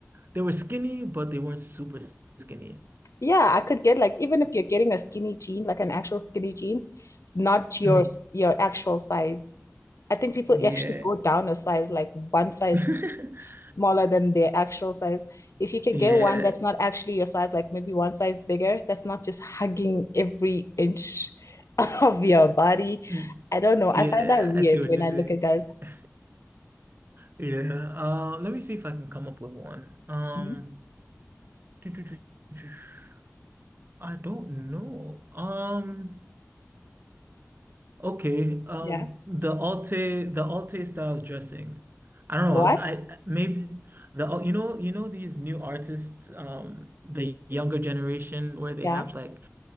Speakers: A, on the right; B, on the left.
A: they were skinny, but they weren't super skinny.
B: Yeah, I could get like even if you're getting a skinny jean, like an actual skinny jean, not your
A: Mm.
B: s- your actual size. I think people
A: Yeah,
B: actually go down a size, like one size
A: <laughs>
B: smaller than their actual size. If you can
A: yeah,
B: get one that's not actually your size, like maybe one size bigger, that's not just hugging every inch <laughs> of your body.
A: Mm.
B: I don't
A: yeah.
B: know. I find that weird
A: I see what
B: when
A: you're
B: I
A: saying.
B: look at guys.
A: <laughs> Yeah. Uh, let me see if I can come up with one. Um.
B: Mhm.
A: <tsk> I don't know. Um, okay. Um,
B: Yeah.
A: the Alte, the Alte style dressing. I don't
B: What?
A: know. I maybe the you know you know these new artists, um, the younger generation where they
B: Yeah.
A: have like